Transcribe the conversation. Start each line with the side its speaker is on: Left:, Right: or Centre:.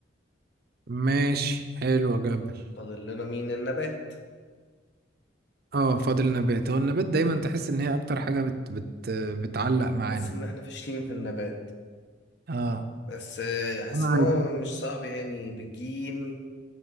Right: ماشي حلو يا جبل
Left: فاضل لنا مين النبات
Right: اه فاضل النبات هو النبات دايما تحس ان هي اكتر حاجة بت بت بتعلق معانا
Left: حاسس ان احنا فاشلين في النبات
Right: اه
Left: بس آه، حاسس
Right: انا
Left: ان
Right: عارف
Left: هو مش صعب يعني بالجيم